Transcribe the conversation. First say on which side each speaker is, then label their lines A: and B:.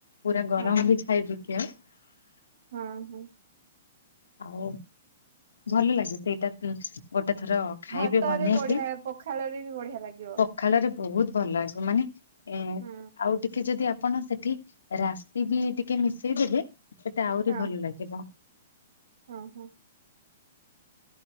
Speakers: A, on the left; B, on the right.
A: ପୁରା ଗରମ
B: ହଁ
A: ବି <unintelligible>
B: ହଁ, ହଁ।
A: ଆଉ ଭଲ ଲାଗେ ସେଇଟା ତ ପ ଗୋଟେ ଥର ଖାଇବେ
B: ଭାତରେ
A: ବନେଇକି।
B: ବଢିଆ ପଖାଳରେ ବି ବଢିଆ ଲାଗିବ
A: ପଖାଳରେ ବହୁତ ଭଲ ଲାଗିବ ମାନେ ଏ
B: ହୁଁ
A: ଆଉ ଟିକେ ଯଦି ଆ ଆପଣ ସେଠି ରାସି ବି ଟିକେ ମିଶେଇ ଦେଲେ ସେଟା ଆହୁରି
B: ହଁ
A: ଭଲ ଲାଗିବ।
B: ହଁ ହଁ।